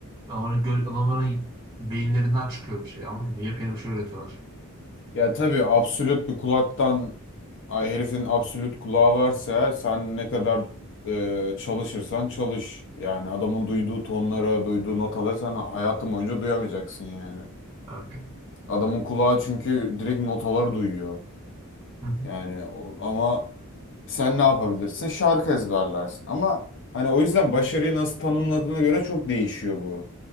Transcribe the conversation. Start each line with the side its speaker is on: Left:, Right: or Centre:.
Right: Adamların, gö- adamların beyinlerinden çıkıyor bir şey anladın mı? Yepyeni bir şey üretiyorlar.
Left: Ya tabii absolut bir kulaktan ay herifin absolut kulağı varsa eğer sen ne kadar e, çalışırsan çalış. Yani adamın duyduğu tonlara, duyduğu notaları sen hayatın boyunca duyamayacaksın yani.
Right: Evet.
Left: Adamın kulağı çünkü direkt notaları duyuyor.
Right: Hı hı.
Left: Yani o- ama sen ne yapabilirsin? Şarkı ezberlersin. Ama hani o yüzden başarıyı nasıl tanımladığına göre çok değişiyor bu.